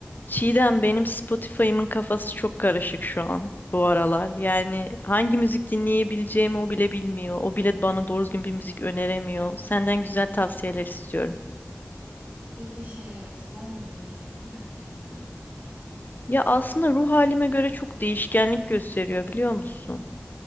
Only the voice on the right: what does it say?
Peki şey slow mu dinleyeceksin hareketli mi?